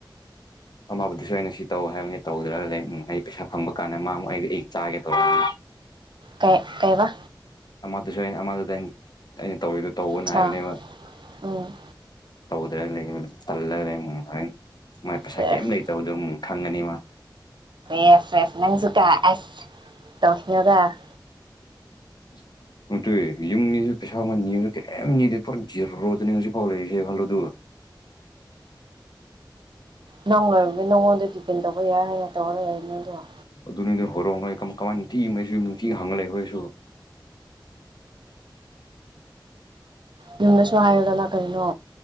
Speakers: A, on the left; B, on the right.
A: ꯑꯃꯃꯥꯕꯨꯗꯨꯁꯨ ꯑꯩꯅ ꯁꯤ ꯇꯧ ꯍꯥꯏꯕꯅꯤ ꯇꯧꯗ꯭ꯔꯒ ꯂꯩ ꯑꯩ ꯄꯩꯁꯥ ꯐꯪꯕ ꯀꯥꯟꯗ ꯃꯥ ꯑꯩ ꯑꯩ ꯆꯥꯒꯦ ꯇꯧꯕ <inaudible>
B: ꯀꯩ ꯀꯩ ꯕ
A: ꯑꯃꯗꯨꯁꯨ ꯑꯩꯅ ꯑꯃꯗꯨꯗ ꯑꯩꯅ ꯑꯩꯅ ꯇꯧꯗꯣ ꯇꯧꯕꯅ
B: ꯑꯠꯆꯥ
A: ꯍꯥꯏꯕꯅꯦꯕ
B: ꯎꯝ
A: ꯇꯧꯗꯒ ꯂꯩ ꯇꯜꯂꯒ ꯂꯩ ꯍ ꯃꯥꯥꯏ ꯄꯩꯁꯥ
B: ꯁꯦꯁ
A: ꯀꯩꯝ ꯂꯩꯇꯕꯗꯣꯝ ꯈꯪꯒꯅꯤ ꯃꯥ
B: ꯌꯦꯁ ꯌꯦꯁ ꯅꯟꯁꯨ ꯀꯥꯁ ꯇꯣꯁꯅꯨꯗ
A: ꯎ <unintelligible> ꯑꯗꯨ ꯇꯨꯦ ꯌꯨꯝꯅꯤꯁꯨ ꯄꯩꯁꯥ ꯑꯃ ꯅꯤꯁꯨ ꯀꯩꯝ ꯅꯤꯗꯦ ꯄꯨꯔꯥ ꯖꯤꯔꯔꯣꯗꯅꯦ ꯍꯧꯖꯤꯛ ꯐꯥꯎꯔꯛꯏꯁꯦ ꯈꯜꯂꯨ ꯑꯗꯨ <inaudible>
B: ꯅꯪ ꯅꯪꯉꯣꯟꯗ ꯗꯤꯄꯦꯟ ꯇꯧꯕ ꯌꯥꯏ ꯍꯥꯏꯅ ꯇꯧꯔ ꯌꯥꯏ ꯅꯣꯏꯗꯣ
A: ꯑꯗꯨꯅꯤꯗꯤ ꯍꯣꯔꯣꯡꯉꯩ ꯀꯃꯥꯏꯅ ꯅꯨꯡꯇꯤꯉꯩꯁꯨ ꯅꯨꯡꯇꯤ ꯍꯪꯂꯒ ꯂꯩꯕ꯭ꯔ ꯏꯁꯨ <inaudible>
B: ꯅ ꯁꯥꯏꯅ ꯀꯔꯤꯅꯣ